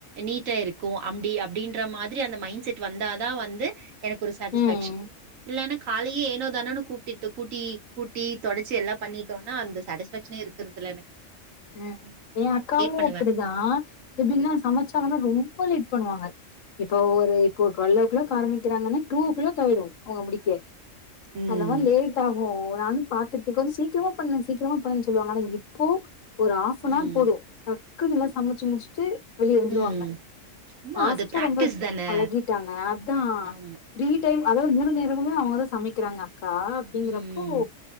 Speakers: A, on the right; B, on the left.
A: நீட்டா இருக் கு அப்டி அப்டின்ற மாதிரி அந்த மைண்ட் செட்டு வந்தாதா வந்து எனக்கொரு சாட்டிஸ்ஃபேக்க்ஷன்
B: ம்.
A: இல்லன்னா காலையே ஏனோ தானோன்னு கூப்பிட்டு கூட்டி கூட்டி தொடச்சி எல்லா பண்ணிட்டோனா அந்த சாட்டிஸ்ஃபேக்ஷனே இருக்கறதில்ல எனக்
B: ம் ம் எ அக்காவு
A: பண்ணுவே
B: அப்படிதா அ எப்டீனா சமச்சாங்கன்னா ரொம்ப லேட் பண்வாங்க இப்போ ஒரு இப்போ ட்வெல்லோ க்ளாக் ஆரம்பிக்கிறாங்கன்னு டூ ஓ க்ளாக் ஆயிடு அவுங்க முடிக்க
A: ம்
B: அந்த மாரி லேட் ஆகு நானு பாத்துருக்கே கொஞ்சோ சீக்கிரமா பண்ணு சீக்கிரமா பண் சொல்லுவாங்க ஆனா இப்போ ஒரு ஹாஃபனார்
A: ம்
B: போது டக் குனு ல்லா சமச்சு முஷ்ட்டு வெளியே வந்துருவாங்க
A: ம் ஆமா
B: ஃபாஸ்டா
A: அது பிராக்டிஸ்
B: ரொம்ப ப
A: தான
B: பழகிட்டாங்க அத்தா
A: ஆமா
B: த்ரீ டைம் அதாவ்து மூணு நேரமுமே அவங்கதா சமைக்கிறாங்க க்கா அப்படிங்கறப்போ
A: ம்